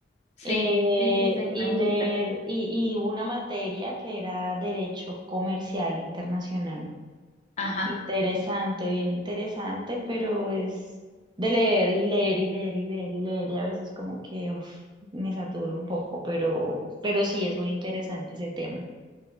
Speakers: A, on the left; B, on the right.
A: Sí,
B: Eh,
A: sí, sí, sí,
B: y
A: me dijiste.
B: leer, y, y una materia que era Derecho Comercial Internacional.
A: Ajá.
B: Interesante, bien interesante, pero es de leer y leer y leer y leer y leer, y a veces como que uf, me saturo un poco, pero, pero sí es muy interesante ese tema.